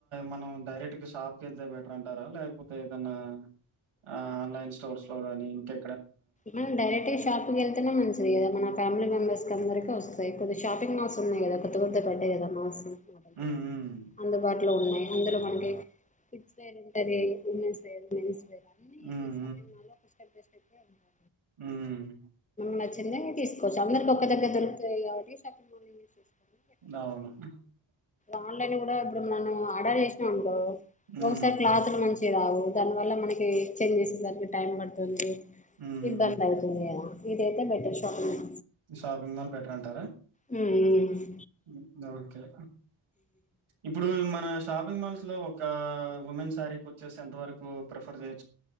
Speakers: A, on the right; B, on the left.
A: మనం డైరెక్ట్ షాప్కి వెళ్తే బెటర్ అంటారా, లేకపోతే ఏదన్నా ఆ ఆన్లైన్ స్టోర్స్ లోగాని ఇంకా
B: మనం డైరెక్ట్గా షాప్కి వెళ్తేనే మంచిది కదా, మన ఫ్యామిలీ మెంబర్స్ కి అందరికి వస్తుం ది కొద్ది షాపింగ్ మాల్స్ ఉన్నయి కదా, కొత్త కొత్తయి పడ్డయి కదా మాల్స్. మా దగ్గర
A: హ్మ్. హ్మ్.
B: అందుబాటు టులో ఉన్నాయ్, అందులో మనకి కిడ్స్ వేర్ ఉంటది, ఉమెన్స్ వేర్, మెన్స్ వేర్ అన్నీ
A: హ్మ్.
B: ఈ షాపింగ్ మాల్ లో ప్రిస్క్రైబ్ చేసుకున్నాం. చెప్పే ఉంటా
A: ఉమ్
B: నచ్చిందే తీస్కోచ్చు. అందర్కి ఒక దగ్గర దొరుకుతయి కాబట్టి చేసుకోవడం
A: <unintelligible>
B: బెటర్ ఆన్లైన్ గుడ ఇప్పుడు మనం ఆర్డర్ చేసినం అనుకో
A: హ్మ్.
B: ఒకసారి క్లాత్లు మంచిగ రావు దానివల్ల మనకీ చేంజ్ చేసే సరికి టైం పడ్తుంది.
A: హ్మ్.
B: ఇబ్బంద్ అవుతుందేమో ఇదైతే better shopping
A: shopping mall better అంటారా
B: హ్ మ్
A: మ్ ఓకే ఇప్పుడూ మన షాపింగ్ మాల్స్లో ఒక ఉమెన్ సారీకి వచ్చేసి ఎంత వరకు ప్రిఫర్ చే